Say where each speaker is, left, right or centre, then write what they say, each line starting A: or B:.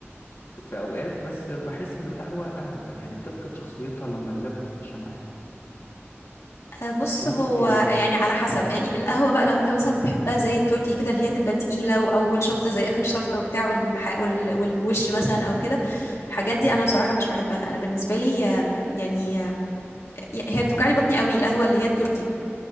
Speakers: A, on the left (about 60°); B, on the left (about 75°).
A: في اوقات بس بحس انه القهوه قهوه يعني بتفقد شخصيتها لما اللبن بيخش معاها
B: آه، بص
A: انت ممكن
B: هو
A: يعني
B: يعني على حسب يعني القهوة بقى لو انت مثلا بتحبها زي التركي كده اللي هي تبقى تقيلة وأول شفطة زي آخر شفطة وبتاع والح... وال... والوش مثلا أو كده الحاجات دي أنا بصراحة مش بحبها أنا بالنسبة لي آم، يعني آم، هي بتوجعلي بطني قوي القهوة اللي هي التركي